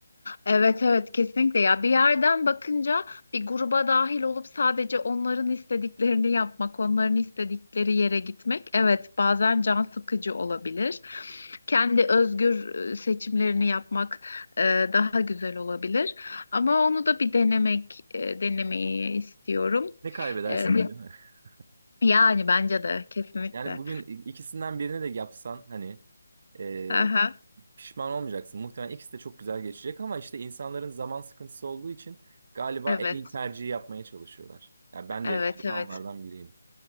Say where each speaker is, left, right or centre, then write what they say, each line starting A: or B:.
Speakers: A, on the left; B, on the right.
A: Evet evet kesinlikle ya bir yerden bakınca bir gruba dahil olup sadece onların istediklerini yapmak, onların istedikleri yere gitmek evet bazen can sıkıcı olabilir. Kendi özgür e, seçimlerini yapmak e, daha güzel olabilir. Ama onu da bir denemek e, denemeyi istiyorum.
B: Ne kaybedersin
A: E,
B: ki değil mi? <laughs>
A: yani bence de kesinlikle.
B: Yani bugün i- ikisinden birini de yapsan hani e,
A: Aha,
B: pişman olmayacaksın. Muhtemelen ikisi de çok güzel geçecek ama işte insanların zaman sıkıntısı olduğu için galiba
A: evet,
B: en iyi tercihi yapmaya çalışıyorlar. Yani ben
A: evet,
B: de galiba
A: evet.
B: onlardan biriyim.